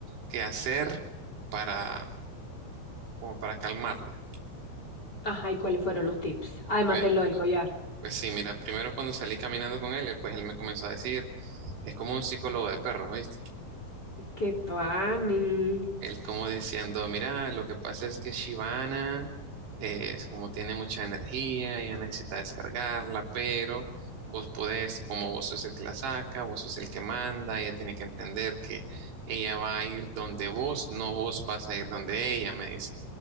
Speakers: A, on the right; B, on the left.
A: qué hacer para, como para calmarla.
B: Ajá, ¿y cuáles fueron los tips? Además
A: Pues,
B: de lo del collar.
A: pues sí, mira, primero cuando salí caminando con él, él, pues él me comenzó a decir, es como un psicólogo de perros, ¿oíste?
B: ¡Qué tuani!
A: Él como diciendo, mira, lo que pasa es que Shivana eh, es como tiene mucha energía, ella necesita descargarla, pero vos podés, como vos sos el que la saca, vos sos el que manda, ella tiene que entender que ella va a ir donde vos, no vos vas a ir donde ella, me dice.